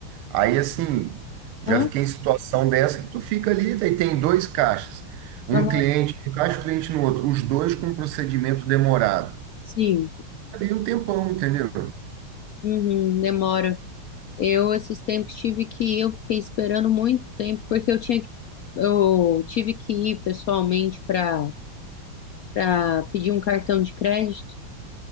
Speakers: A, on the right; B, on the left.
A: Aí assim, já
B: Hã?
A: fiquei em situação dessa que tu fica ali, aí tem dois caixas. Um
B: Aham,
A: cliente, um caixa, um cliente no outro. Os dois com um procedimento demorado.
B: sim,
A: Ali um tempão, entendeu?
B: Uhum, demora. Eu, esses tempos, tive que ir, eu fiquei esperando muito tempo, porque eu tinha que, eu tive que ir pessoalmente para para pedir um cartão de crédito.